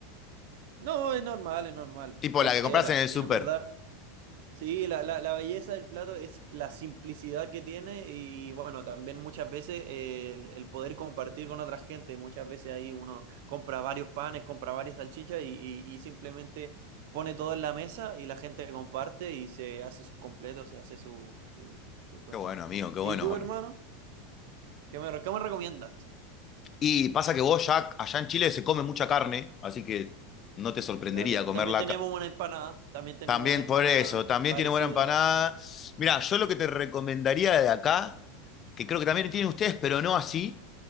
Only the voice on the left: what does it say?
Tipo
la que compras en el
súper.
Qué bueno, amigo, qué bueno,
bueno.
Y pasa que vos ya allá en Chile se come mucha carne, así que no te sorprendería
comerla.
También
por eso, también
tiene buena empanada. Mira, yo lo que te recomendaría de acá, que creo que también tienen ustedes, pero no así,